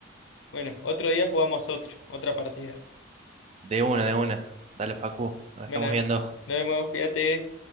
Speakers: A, on the left (about 80°); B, on the right (about 35°).
A: Bueno, otro día jugamos otro, otra partida.
B: De una, de una. Dale, Facu, nos
A: Bueno,
B: estamos viendo.
A: nos vemos, cuídate.